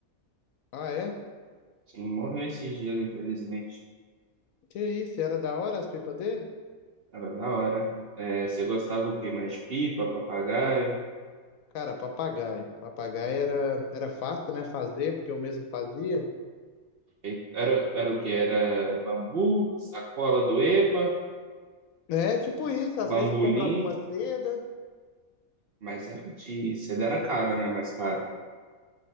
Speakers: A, on the left (about 70°); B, on the right (about 55°).
A: Ah, é?
B: Sim, morreu esses dias, infelizmente.
A: Que isso, era da hora as pipas dele?
B: Era da hora. É, você gostava o quê? Mais de pipa, papagaio?
A: Cara, papagaio. Papagaio era, era fácil, né? Fazer, porque eu mesmo fazia.
B: E- Era, era o quê? Era bambu, sacola do EPA,
A: É, tipo isso, às
B: bambolim,
A: vezes comprava uma seda,
B: mas era de... Cedo era caro, né? Mais caro.